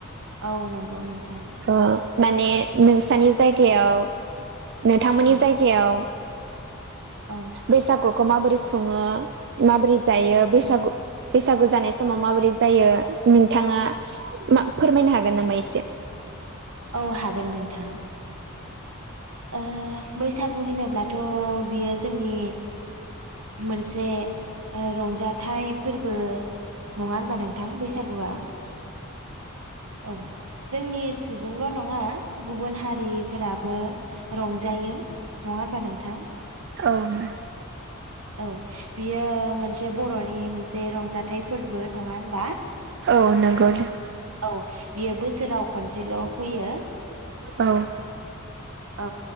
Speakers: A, on the right; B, on the right.
A: औ नोंगौ नोंथां।
B: ओ माने नोंसानि जायगायाव नोंथांमोननि
A: औ
B: जायगायाव
A: औ
B: बैसागुखौ माबोरै खुङो माबोरै जायो बैसागु
A: औ
B: बैसागु जानाय समाव माबोरै जायो नोंथाङा मा फोरमायनो हागोन नामा एसे?
A: औ हागोन नोंथां। ओ बैसागु होनोब्लाथ' बियो जोंनि मोनसे ओ रंजाथाइ फोर्बो नङा होनबा नों थां बैसागुआ औ जोंनि सुबुंल' नङा गुबुन हारिफोराबो रंजायो नङा होनबा नोंथां?
B: औनो
A: औ बियो मोनसे बर'नि मोनसे रंजाथाइ फोरबो नङा होनबा?
B: औ नोंगौ दे।
A: औ बियो बोसोराव खनसेल' फैयो।
B: औ।
A: औ।